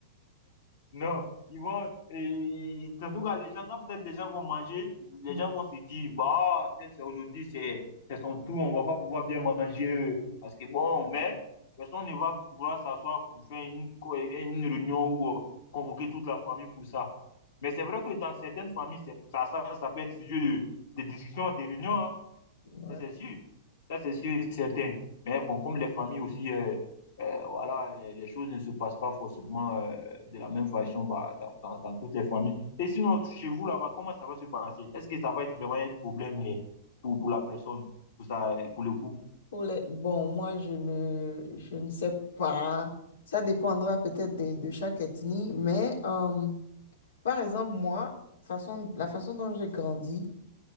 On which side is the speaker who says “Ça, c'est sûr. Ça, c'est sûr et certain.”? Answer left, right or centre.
Left